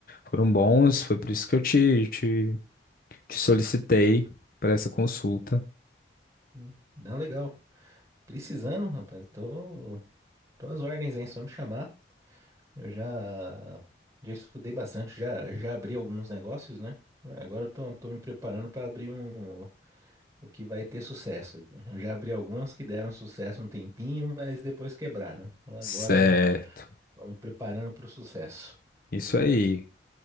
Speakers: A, on the left (about 50°); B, on the right (about 15°).
A: foram bons. Foi por isso que eu te, te, te solicitei para essa consulta.
B: Hum. Não, legal. Precisando, rapaz, tô, tô às ordens, hein? Só me chamar. Eu já, já estudei bastante, já, já abri alguns negócios, né? Agora eu tô, tô me preparando para abrir um, o que vai ter sucesso aqui. Eu já abri alguns que deram sucesso um tempinho, mas depois quebraram. Então Agora
A: Certo.
B: tô me preparando para o sucesso.
A: Isso aí.